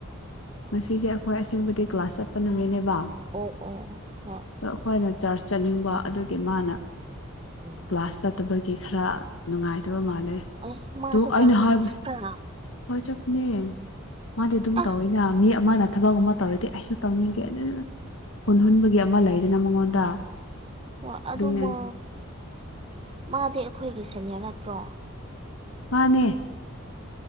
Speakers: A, on the left (about 70°); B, on the right (about 25°).
A: ꯉꯁꯤ ꯁꯦ ꯑꯩꯈꯣꯏ ꯑꯁꯦꯡꯕꯨꯗꯤ ꯀ꯭ꯂꯥꯁ ꯆꯠꯄ ꯅꯨꯃꯤꯠꯅꯦꯕ ꯑꯗꯣ
B: ꯑꯣ ꯑꯣ ꯍꯣꯏ
A: ꯑꯩꯈꯣꯏꯅ ꯆꯥꯔꯖ ꯆꯠꯅꯤꯡꯕ ꯑꯗꯨꯒꯤ ꯃꯥꯅ
B: ꯎꯝ
A: ꯀ꯭ꯂꯥꯁ ꯆꯠꯇꯕꯒꯤ ꯈꯔ ꯅꯨꯡꯉꯥꯏꯗꯕ ꯃꯥꯜꯂꯦ
B: ꯑꯦ ꯃꯥꯁꯨ
A: ꯑꯩꯅ
B: ꯀ꯭ꯂꯥꯁ
A: ꯍꯥꯏꯕꯅꯦ
B: ꯆꯠꯄ꯭ꯔꯥ
A: ꯅꯦ ꯃꯥꯗꯤ ꯑꯗꯨꯝ
B: ꯑ
A: ꯇꯧꯋꯤꯅꯦ ꯃꯤ ꯑꯃ ꯅ ꯊꯕꯛ ꯑꯃ ꯇꯧꯔꯗꯤ ꯑꯩꯁꯨ ꯇꯧꯅꯤꯡꯒꯦ ꯑꯗꯨ ꯍꯨꯟ ꯍꯨꯟꯕꯒꯤ ꯑꯃ ꯂꯩꯗꯅ ꯃꯉꯣꯟꯗ
B: ꯑꯣ ꯑꯗꯨꯃ
A: ꯑꯗꯨꯅꯦ
B: ꯃꯥꯗꯤ ꯑꯩꯈꯣꯏꯒꯤ ꯁꯦꯅꯤꯌꯔ ꯅꯠꯇ꯭ꯔꯣ
A: ꯃꯥꯅꯦ